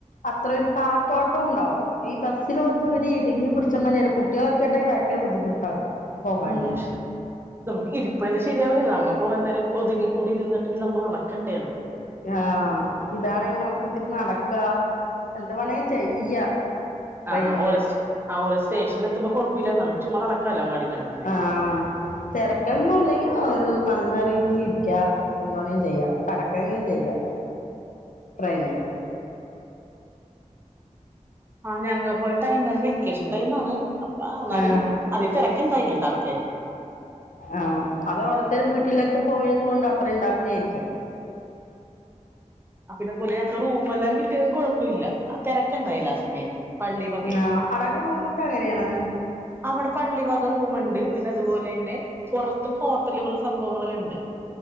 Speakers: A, on the left (about 85°); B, on the right (about 15°).
A: അത്രേ ഒരു കാറ്റോട്ടം ഉണ്ടാവും ഈ ബസ്സില് പോവുമ്പോ ഒര് ഇടുങ്ങി പിടിച്ചമാതിരിയാണ് കുട്ടികളൊക്കെ ഇണ്ടാവുമ്പോ ഭയങ്കര ബുദ്ധിമുട്ടാണ് പോകാന്
B: ഉം നമ്മക്ക് ഇരിപ്പ് തന്നെ ശരിയാവൂല നമ്മക്ക് കൊറേ നേരം ഒതുങ്ങി കൂടിയിരുന്നിട്ട് പിന്നെ നടക്കണ്ടേ ഒന്ന്
A: ആഹ് ഇതാണേ നമ്മക്ക് ഇത്തിരി നടക്കാ എന്ത് വേണേ ചെയ്യാ ട്രെയിനില്
B: ആഹ് ആഹ് ഓരെ സ് ആഹ് ഓരോ സ്റ്റേഷനിൽ എത്തുമ്പോ കൊഴപ്പല്ല നമ്മക്ക് ചുമ്മാ നടക്കാലോ അങ്ങാടു ഇങ്ങാടു
A: ആഹ് തെരക്കൊന്നും ഇല്ലങ്കി ഒരു തന്നാ രീതിൽ ഇരിക്കാ എന്തുവേണേ ചെയ്യാം കെടക്കെങ്കിലും ചെയ്യാം ട്രെയിനില്
B: ആഹ് ഞങ്ങ പോയ ടൈം അന്ന് വെക്കേഷൻ ടൈമാണ് അപ്പൊ എന്നാലും
A: ആഹ്
B: അതികം തെരക്കെണ്ടായില്ലാട്ടാ ആൾക്കാര്
A: ആഹ് അത് ഓരത്തരും വീട്ടിലൊക്കെ പോയത് കൊണ്ട് അത്ര ഇണ്ടാവില്ലേരിക്കും
B: ആഹ് പിന്നെ അതുപോലെ ഞങ്ങക്ക് റൂമെല്ലാം കിട്ടിയതും കൊഴപ്പയില്ല തെരക്ക്ണ്ടായില്ല ആ സമയത്ത് പള്ളി വകേ
A: ആഹ് അവിടൊക്കെ റൂമൊക്കെ എങ്ങനെയാണ്
B: അവിടെ പള്ളി വക റൂമുണ്ട് പിന്നെ അതുപോലെ തന്നെ പൊറത്തും ഹോട്ടലുകളും സംഭവങ്ങളെല്ലാം ഇണ്ട്